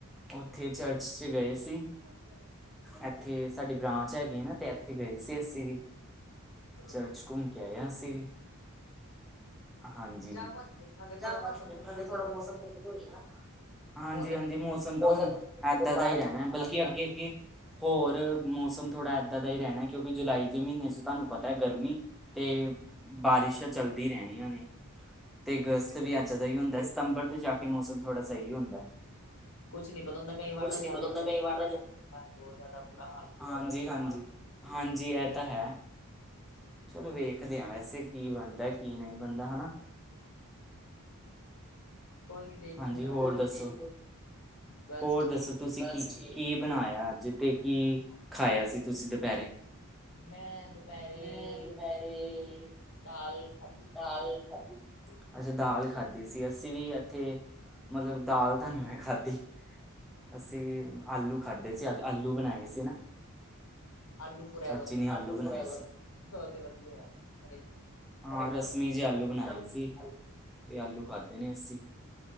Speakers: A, in the centre; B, on the left.
A: ਉੱਥੇ ਚਰਚ ਚ ਗਏ ਸੀ।
B: ਕ <unintelligible>
A: ਇੱਥੇ ਸਾਡੀ ਬ੍ਰਾਂਚ ਹੈਗੀ ਹੈ ਨਾ, ਤੇ ਇੱਥੇ ਗਏ ਸੀ ਅਸੀਂ ਵੀ ਚਰਚ
B: ਬਹੁਤ
A: ਘੁੰਮ ਕੇ ਗਏ ਆ ਅਸੀਂ ਵੀ ਹਾਂਜੀ,
B: ਜਾਵਾਂਗੇ ਦੇਖਾਂਗੇ
A: ਜਾਵਾਂਗੇ
B: ਥੋੜਾ ਮੌਸਮ ਸੈੱਟ
A: ਨਾਲੇ
B: ਤੇ ਹੋ
A: ਥੋੜਾ
B: ਜਾਏ ਨਾ
A: ਮੌਸਮ ਠੰਡਾ ਹੋ ਜੇ ਨਾ ਹਾਂਜੀ
B: ਮੌਸਮ
A: -ਹਾਂਜੀ
B: ਦਾ ਕੁਛ
A: ਮੌਸਮ ਤਾਂ
B: ਬਾਹਰ ਨਾਲ
A: ਏਦਾਂ
B: ਦੀ
A: ਦਾ ਹੀ ਰਹਿਣਾ ਹੈ ਬਲਕਿ ਅੱਗੇ- ਅੱਗੇ ਹੋਰ ਮੌਸਮ ਥੋੜ੍ਹਾ ਇੱਦਾਂ ਦਾ ਹੀ ਰਹਿਣਾ ਕਿਉਂਕਿ ਜੁਲਾਈ ਦੇ ਮਹੀਨੇ ਚ ਤੁਹਾਨੂੰ ਪਤਾ ਗਰਮੀ ਤੇ ਬਾਰਿਸ਼ ਚੱਲਦੀ ਰਹਿਣੀ। ਤੇ ਅਗਸਤ
B: ਨਾਲ
A: ਵੀ ਏਦਾਂ ਦਾ ਹੀ ਹੁੰਦਾ, ਸਤੰਬਰ ਚ ਜਾ ਕੇ ਮੌਸਮ ਥੋੜ੍ਹਾ ਸਹੀ ਹੁੰਦਾ।
B: ਕੁਛ ਨੀ ਪਤਾ ਹੁੰਦਾ, ਕਈ ਵਾਰ
A: ਕੁਛ
B: ਤਾਂ ਜ਼ਾਦੀ
A: ਨੀ ਪਤਾ ਹੁੰਦਾ
B: ਪੈ ਜਾਂਦਾ,
A: ਕਈ ਵਾਰ
B: ਬਹੁਤ ਜ਼ਿਆਦਾ ਬੁਰਾ ਹਾਲ ਹੋ ਜਾਂਦਾ।
A: ਹਾਂਜੀ -ਹਾਂਜੀ -ਹਾਂਜੀ ਇਹ ਤਾਂ ਹੈ।
B: ਹਮ।
A: ਚਲੋ ਵੇਖਦੇ ਆ ਵੈਸੇ ਕੀ ਬਣਦਾ ਕੀ ਨਹੀਂ ਬਣਦਾ ਹਨਾ।
B: ਕੋਈ ਨੀ ਦੇਖਦੇ
A: ਹਾਂਜੀ
B: ਹਾ
A: ਹੋਰ
B: ਅੱਜ ਆਪਾਂ
A: ਦੱਸੋ
B: ਬਸ
A: ਹੋਰ
B: ਠੀਕ।
A: ਦੱਸੋ ਤੁਸੀਂ ਕੀ ਕੀ ਬਣਾਇਆ ਅੱਜ ਤੇ ਕੀ ਖਾਇਆ ਸੀ ਤੁਸੀਂ ਦੁਪਹਿਰੇ?
B: ਮੈਂ ਦੁਪਹਿਰੇ
A: ਮੈਂ ਦੁਪਹਿਰੇ
B: ਦਾਲ ਖਾਧੀ।
A: ਦਾਲ ਖਾਧੀ।
B: ਸੀ
A: ਅੱਛਾ ਦਾਲ ਖਾਧੀ ਸੀ, ਅਸੀਂ ਵੀ ਇੱਥੇ ਮਤਲਬ ਦਾਲ ਤਾਂ ਨੀ ਮੈਂ ਖਾਧੀ। ਅਸੀਂ ਆਲੂ ਖਾਧੇ ਸੀ, ਆਲੂ ਬਣਾਏ ਸੀ ਨਾ।
B: ਆਲੂ ਫੋਰੈਵਰ
A: ਚਾਚੀ ਨੇ ਆਲੂ ਬਣਾਏ ਸੀ।
B: ਉਹ ਤੇ ਵਧੀਆ ਹੈ ਹਰੇਕ
A: ਹਾਂ ਰਸਮੀ
B: ਸਬਜ਼ੀ ਚ
A: ਜੇ ਆਲੂ ਬਣਾਏ ਸੀ, ਤੇ ਆਲੂ ਖਾਧੇ ਨੇ ਅਸੀਂ।